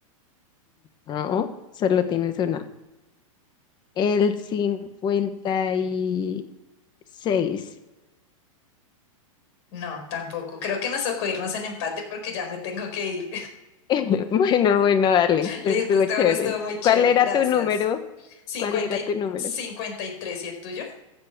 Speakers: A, on the left (about 25°); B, on the left (about 50°).
A: No, solo tienes una. El cincuenta y seis
B: No, tampoco. Creo que nos tocó irnos en empate porque ya me tengo que ir.
A: <laughs> Bueno, bueno, dale,
B: Listo,
A: estuvo
B: este
A: chévere.
B: juego estuvo muy chévere,
A: ¿Cuál era
B: gracias.
A: tu número?
B: 50
A: ¿Cuál era
B: y
A: tu número?
B: cincuenta y tres ¿y el tuyo?